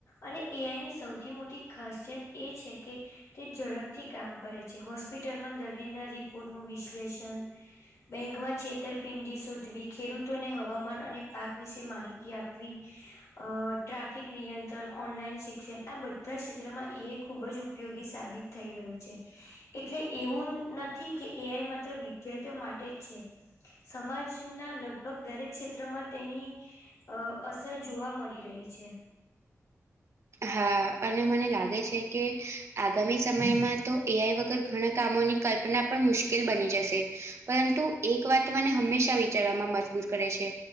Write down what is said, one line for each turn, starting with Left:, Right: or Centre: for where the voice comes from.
Left: અને એઆઈની સૌથી મોટી ખાસિયત એ છે કે તે ઝડપથી કામ કરે છે, હોસ્પિટલમાં દર્દીના રિપોર્ટનું વિશ્લેષણ બેંકમાં છેતરપિંડી શોધવી, ખેડૂતોને હવામાન અને પાક વિશે માહિતી આપવી <inaudible> અ ટ્રાફિક નિયંત્રણ, ઓનલાઈન શિક્ષણ આ બધાય ક્ષેત્રમાં એ આઈ ખૂબ જ ઉપયોગી સાબિત થઈ રહ્યું છે. એટલે એવું નથી કે એ આઈ માત્ર વિદ્યાર્થીઓ માટે જ છે. સમાજના લગભગ દરેક ક્ષેત્રમાં તેની અ અસર જોવા મળી રહી છે.
Right: હા અને મને લાગે છે કે, આગામી સમયમાં તો એઆઈ વગર ઘણા કામોની કલ્પના પણ મુશ્કેલ બની જશે, પરંતુ એક વાત મને હંમેશા વિચારવામાં મજબૂર કરે છે.